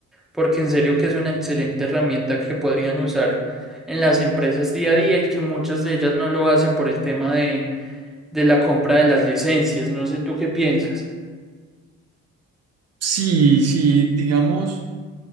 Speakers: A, in the centre; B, on the right.
A: porque en serio que es una excelente herramienta que podrían usar en las empresas día a día y que muchas de ellas no lo hacen por el tema de, de la compra de las licencias. No sé tú qué piensas.
B: Sí, sí, digamos.